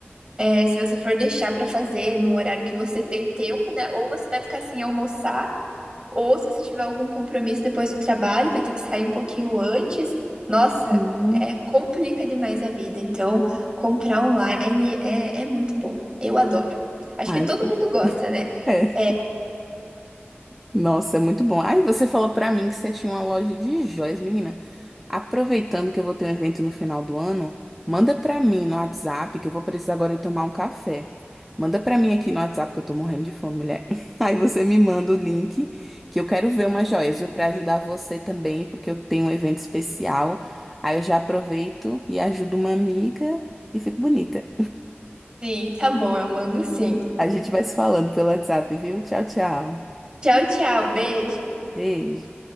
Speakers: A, on the right; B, in the centre.
A: É, se você for deixar pra fazer no horário que você tem tempo, né? Ou você vai ficar sem almoçar, ou se você tiver algum compromisso depois do trabalho, vai ter que sair um pouquinho antes. Nossa,
B: Uhum.
A: é, complica demais a vida. Então, comprar online é, é muito bom. Eu adoro. Acho
B: Ah,
A: que todo
B: eu-
A: mundo
B: <laughs>
A: gosta, né?
B: É.
A: É,
B: Nossa, é muito bom. Aí você falou pra mim que você tinha uma loja de joias, menina. Aproveitando que eu vou ter um evento no final do ano, manda pra mim no WhatsApp que eu vou precisar agora de tomar um café. Manda pra mim aqui no WhatsApp que eu tô morrendo de fome, mulher. <laughs> Aí você me manda o link que eu quero ver umas joias, viu? Pra ajudar você também, porque eu tenho um evento especial. Aí eu já aproveito e ajudo uma amiga e fico bonita.
A: sim, tá bom, eu mando sim.
B: A gente vai se falando pelo WhatsApp, viu? Tchau, tchau.
A: Tchau, tchau, beijo.
B: Beijo.